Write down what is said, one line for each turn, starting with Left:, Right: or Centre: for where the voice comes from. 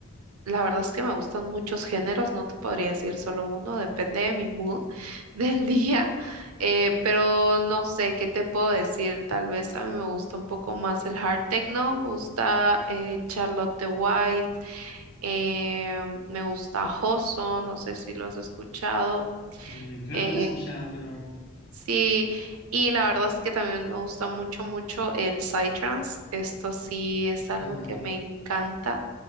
Right: La verdad es que me gustan muchos géneros, no te podría decir solo uno, depende de mi mood <laughs> del día, eh, pero no sé qué te puedo decir. Tal vez a mí me gusta un poco más el hard techno, me gusta eh, Charlotte the White, em, me gusta Hoso, no sé si lo has escuchado.
Left: Mm, creo
Right: eh,
Left: que lo he escuchado, pero...
Right: sí, y la verdad es que también me gusta mucho, mucho el psytrance. Esto sí es algo
Left: ah,
Right: que me encanta.